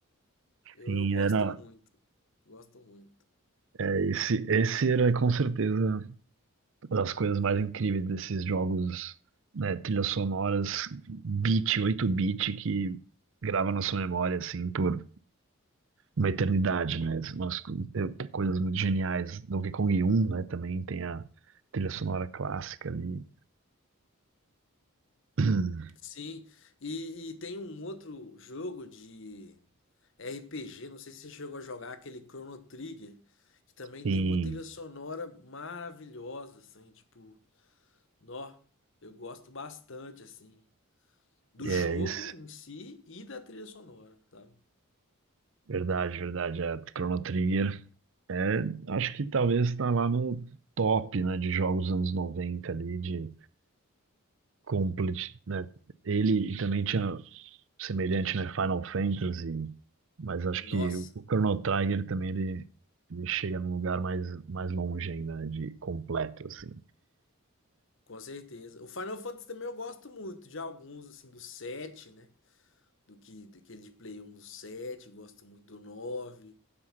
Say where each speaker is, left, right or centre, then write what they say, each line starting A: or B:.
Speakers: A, on the left; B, on the right.
A: eu,
B: sim,
A: eu gosto
B: era,
A: muito. Gosto muito.
B: é, esse, esse era com certeza Uma das coisas mais incríveis desses jogos, né, trilhas sonoras, bit, oito bit que grava na sua memória, assim, por uma eternidade, né? Umas co- eh, coisas muito geniais. Donkey Kong um, né, também tem a trilha sonora clássica ali. <clears throat>
A: Sim. E, e tem um outro jogo de RPG. Não sei se você chegou a jogar aquele Chrono Trigger. Que também
B: E
A: tem uma trilha sonora maravilhosa, assim. Tipo, nó. Eu gosto bastante, assim. do
B: é
A: jogo
B: isso.
A: em si e da trilha sonora, sabe?
B: Verdade, verdade. É, Chrono Trigger. É, acho que talvez tá lá no top, né, de jogos dos anos 90 ali, de Complete, né? Ele e também tinha semelhante, né? Final Fantasy, mas acho que
A: Nossa,
B: o o Chrono Trigger também ele, ele chega num lugar mais, mais longe ainda, né? De completo, assim.
A: com certeza. O Final Fantasy também eu gosto muito de alguns, assim, do 7, né? Do que daquele de Play 1 do 7, gosto muito do 9,